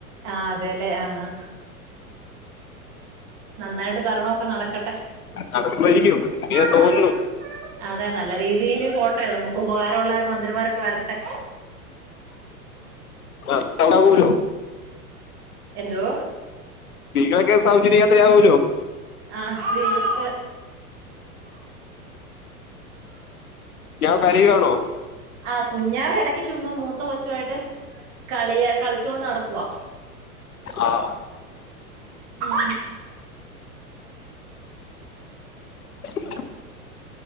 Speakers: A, on the right (about 45°); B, on the left (about 70°).
A: ആ അതെല്ലെ ആ ആ നന്നായിട്ട് ഭരണൊക്കെ നടക്കട്ടെ
B: നടക്കുമായിരിക്കും ഇങ്ങനെ
A: അതെ
B: തോന്നുന്നു
A: അതെ നട നല്ല രീതിയില് പോട്ടെ നമുക്ക് ഉപകാരമുള്ള മന്ത്രിമാരൊക്കെ വരട്ടെ
B: <unintelligible>
A: എന്തോ
B: സ്ത്രീകൾക്ക് സൗജന്യ യാത്രയാവലോ
A: ആ സ്ത്രീ -
B: ഞാവ കരീയാണോ
A: ആ കുഞ്ഞാവ എടക്ക് ചുമ്മാ മൂത്ത കൊച്ചുവായിട്ട് കളിയ കളിച്ചോണ്ട് നടക്കുവാ
B: ആ
A: ഉം
B: <inaudible>